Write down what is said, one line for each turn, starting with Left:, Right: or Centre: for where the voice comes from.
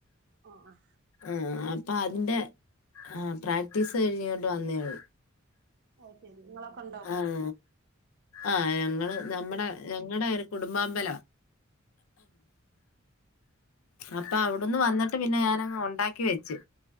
Right: ഓ ആഹ്
Left: ആഹ് അപ്പൊ അതിന്റെ ആ പ്രാക്ടീസ് കഴിഞ്ഞോണ്ട് വന്നേള്ളൂ
Right: അഹ് ശരി ഉണ്ടോ
Left: ആണ് ആഹ് ഞങ്ങള് നമ്മുടെ ഞങ്ങളുടെ ഒരു കുടുംബാമ്പലാ അപ്പൊ അവിടുന്ന് വന്നിട്ട് പിന്നെ ഞാനങ് ഉണ്ടാക്കി വെച്ചു